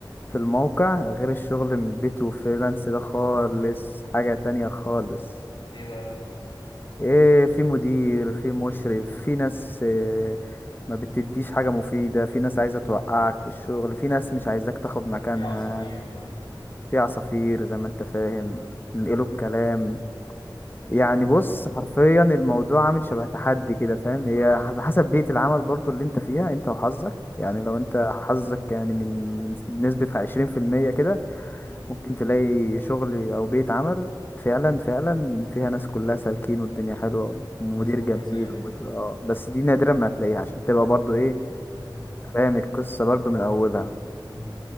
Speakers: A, on the left (about 25°); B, on the left (about 70°).
A: في الموقع غير الشغل من البيت وفريلانس ده خالص حاجة تانية خالص
B: ليه بقى
A: ايه في مدير في مشرف في ناس آه، ما بتديش حاجة مفيدة في ناس
B: مم.
A: عايزة توقعك في الشغل في ناس مش عايزاك تاخد مكانها
B: في عصافير اه
A: في عصافير زي ما انت فاهم
B: مم.
A: ينقلوا الكلام يعني بص حرفيا الموضوع عامل شبه تحدي كده فاهم هي على حسب بيئة العمل برضو اللي انت فيها انت وحظك يعني
B: مم.
A: لو انت حظك يعني من من نسبة عشرين في المية كده
B: مم.
A: ممكن تلاقي شغل او بيت عمل فعلا فعلا فيها ناس كلها سالكين والدنيا حلوه ومدير
B: ناس كويسة
A: جميل
B: يعني
A: ومش اه بس دي نادرا ما هتلاقيها عشان تبقى برضو ايه
B: مم.
A: فاهم القصه برضو من اولها
B: مم.